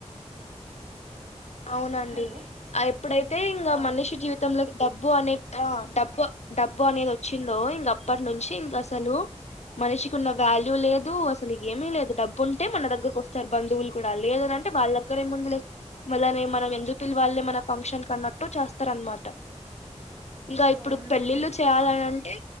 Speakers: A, on the left; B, on the right.
A: అవునండి.
B: హలో
A: ఆ ఎప్పుడైతే ఇంగ
B: ఆ,
A: మనిషి జీవితంలోకి డబ్బు అనే, ఆ డబ్బు, డబ్బు అనేది ఓచ్చిందో ఇంగ అప్పటి నుంచి ఇంగ అసలు మనిషికి ఉన్న వ్యాల్ లు లేదు, అసలు ఏమీ లేదు. డబ్బు ఉంటే మన దగ్గరకొస్తారు బంధువులు కూడా. లేదు అంటే వాళ్ళ దగ్గర ఏ ముంది లే, మళ్ళనే, మనం ఎందుకు పిలవాలే, మన ఫంక్షన్ అన్నట్టు చేస్తారన్నమాట. ఇంగ ఇప్పుడు
B: అవునండి
A: పెళ్ళిళ్ళు చెయ్యలనంటే.